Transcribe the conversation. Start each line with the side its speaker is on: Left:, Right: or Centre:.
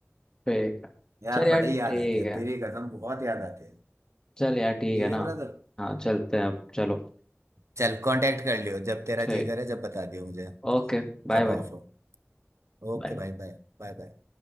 Left: ठीक है
Right: यार
Left: चल यार
Right: बड़ी
Left: ठीक
Right: याद आती है
Left: है
Right: तेरी कसम बहुत याद आती है
Left: चल यार ठीक
Right: ठीक
Left: है ना
Right: है ब्रदर
Left: हाँ चलते हैं अब चलो
Right: चल कांटेक्ट कर लियो जब तेरा
Left: ठीक
Right: जी करे जब बता दियो मुझे
Left: ओके Bye
Right: जब
Left: bye
Right: ऑफ हो ओके
Left: बाय
Right: भाई बाय बाय बाय